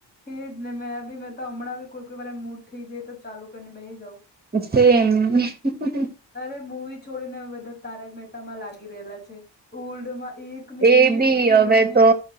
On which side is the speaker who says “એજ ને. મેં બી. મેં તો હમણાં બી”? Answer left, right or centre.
Left